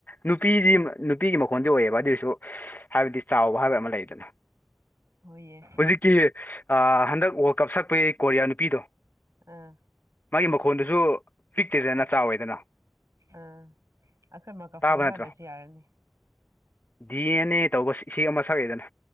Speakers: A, on the left (about 40°); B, on the right (about 80°).
A: ꯅꯨꯄꯤꯗꯤ ꯅꯨꯄꯤꯒꯤ ꯃꯈꯣꯟꯗꯤ ꯑꯣꯏꯌꯦꯕ ꯑꯗꯨꯏꯁꯨ ꯍꯥꯏꯕꯗꯤ ꯆꯥꯎꯕ ꯍꯥꯏꯕ ꯑꯃ ꯂꯩꯗꯅ
B: ꯍꯣꯏꯌꯦ
A: ꯍꯧꯖꯤꯛꯀꯤ ꯍꯟꯗꯛ ꯋꯥꯔꯜ ꯀꯞ ꯁꯛꯄꯒꯤ ꯀꯣꯔꯤꯌꯥ ꯅꯨꯄꯤꯗꯣ
B: ꯑꯥ
A: ꯃꯥꯒꯤ ꯃꯈꯣꯟꯜꯗꯨꯁꯨ ꯄꯤꯛꯇꯦꯗꯅ ꯆꯥꯎꯋꯦꯗꯅ
B: ꯑꯥ ꯑꯩꯈꯣꯏ ꯃ ꯀꯥ
A: ꯇꯥꯕ
B: ꯐꯣꯟ ꯌꯥꯗ꯭ꯔꯁꯨ
A: ꯅꯠꯇ꯭ꯔꯣ
B: ꯌꯥꯔꯅꯤ
A: ꯗꯤ ꯑꯦꯟ ꯑꯦ ꯇꯧꯕ ꯏꯁꯩ ꯑꯃ ꯁꯛꯗꯅ